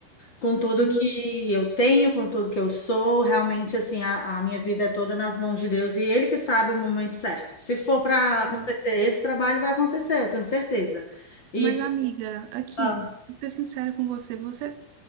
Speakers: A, on the left (about 25°); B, on the right (about 65°).
A: com tudo
B: Hum.
A: que eu tenho, com tudo que eu sou, realmente assim, a, a minha vida é toda nas mãos de Deus e Ele que sabe o momento certo. Se for para
B: é.
A: acontecer esse trabalho, vai acontecer, eu tenho certeza. E
B: Mas, amiga, aqui,
A: ah,
B: vou ser sincero com você, você,